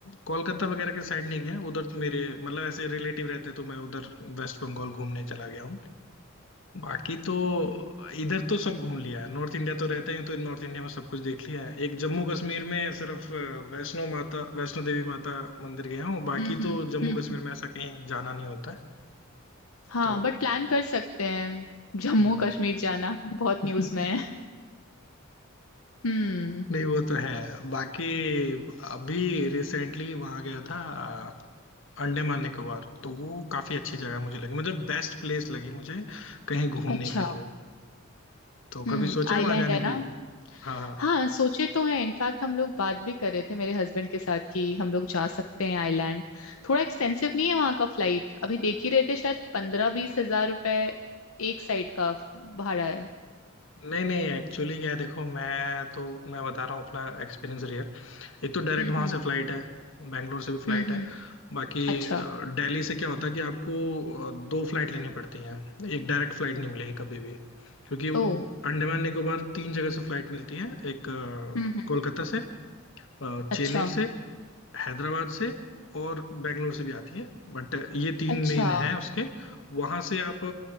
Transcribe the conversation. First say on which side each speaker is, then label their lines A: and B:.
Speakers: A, on the left; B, on the left.
A: कोलकाता वगैरह के साइड नहीं गया उधर तो मेरे मतलब ऐसे रिलेटिव रहते तो मैं उधर वेस्ट बंगाल घूमने चला गया बाकी तो इधर तो सब घूम लिया है नॉर्थ इंडिया तो रहते हैं तो नॉर्थ इंडिया में सब कुछ देख लिया है एक जम्मू कश्मीर में सिर्फ अ, वैष्णो माता वैष्णो देवी माता मंदिर गया हूँ बाकी
B: हम्म हम्म
A: तो जम्मू
B: हम्म,
A: कश्मीर
B: हम्म।
A: में ऐसा कहीं जाना नहीं होता है
B: हाँ
A: तो
B: बट प्लान कर सकते हैं जम्मू
A: हम्म
B: कश्मीर जाना बहुत
A: <laughs>
B: न्यूज में है हम्म
A: नहीं वो तो है बाकी अभी रिसेंटली वहां गया था अ, अंडमान निकोबार तो वो काफी अच्छी जगह मुझे लगी मतलब बेस्ट प्लेस लगी मुझे कहीं घूमने
B: अच्छा
A: के लिए तो कभी
B: हम्म
A: सोचा
B: आइलैंड
A: है वहां जाने
B: है
A: के
B: ना
A: लिए हाँ हाँ।
B: हाँ सोचे तो है इनफैक्ट हम लोग बात भी कर रहे थे मेरे हस्बैंड के साथ कि हम लोग जा सकते हैं आइलैंड थोड़ा एक्सपेंसिव नहीं है वहाँ का फ्लाइट अभी देख ही रहे थे शायद पंद्रह बीस हजार रुपए एक साइड का भाड़ा है
A: नहीं नहीं एक्चुअली क्या है देखो मैं तो मैं बता रहा हूँ अपना एक्सपीरियंस रियल एक तो डायरेक्ट
B: हम्म
A: वहां
B: हम्म
A: से फ्लाइट है बैंगलोर से भी फ्लाइट
B: हम्म
A: है
B: हम्म
A: बाकी
B: अच्छा
A: अ, दिल्ली से क्या होता है कि आपको अ, दो फ्लाइट लेनी पड़ती है एक डायरेक्ट फ्लाइट नहीं मिलेगी कभी भी क्योंकि वो
B: ओ
A: अंडमान निकोबार तीन जगह से फ्लाइट मिलती है एक अ,
B: हम्म हम्म
A: कोलकाता से अ, चेन्नई
B: अच्छा
A: से हैदराबाद से और बेंगलोर से भी आती है बट ये तीन
B: अच्छा
A: मेन है उसके वहां से आप